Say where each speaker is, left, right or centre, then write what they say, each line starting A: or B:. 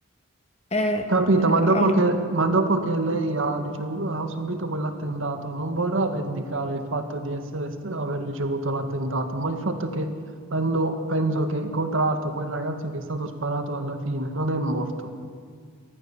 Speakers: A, on the left (about 30°); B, on the right (about 70°).
A: è-
B: Capito?
A: ha
B: Ma dopo
A: una...
B: che, ma dopo che lei ha, ricevuto, ha subito quell'attentato, non vorrà vendicare il fatto di essere, st- aver ricevuto l'attentato, ma il fatto che hanno, penso che, co- tra l'altro, quel ragazzo che è stato sparato alla fine non è morto.